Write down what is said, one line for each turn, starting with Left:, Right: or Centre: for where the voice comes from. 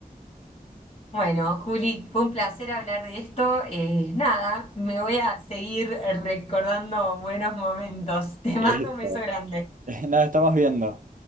Left: Bueno, Juli, fue un placer hablar de esto. Eh, nada, me voy a seguir recordando buenos momentos. <laughs> Te
Right: Eso.
Left: mando un beso grande.
Right: <laughs> Nos estamos viendo.